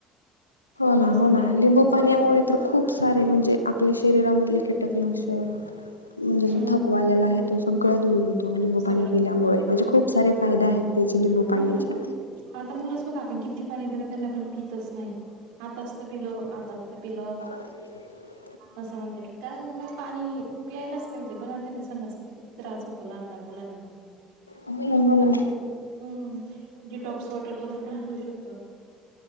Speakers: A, on the right; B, on the left.
A: हो...
B: ना
A: असं
B: ना
A: काही काही
B: लिंबू
A: घेत
B: पाण्यामुळे
A: राहतं
B: तर खूप सारे म्हणजे... आपल्या शरीरामधले कीटकनाशक म्हणजे जो
A: हो
B: थकवा आलेला आहे तो सगळा दूर होतो थोडं लिंबू
A: सगळं
B: पाणी पिल्यामुळे...
A: घेत होता.
B: म्हणजे खूप सारे फायदे आहेत त्याचे... म्हणजे लिंबू पाण्याचे
A: हा आता मुलंच बघा आपण किती पाणी देतो त्यांना... पण पितच नाई आताच तर पिलो... आता तर पिलं
B: <inaudible>
A: असं म्हणतात... कारण मग पाणी पियालाच पाहिजे.. बघा ना त्यांना संडासला किती त्रास होतो. होतो लहान लहान मुलांना
B: हूं हूं.
A: हूं... डिटॉक्स वॉटर करून पण पिऊ शकतो.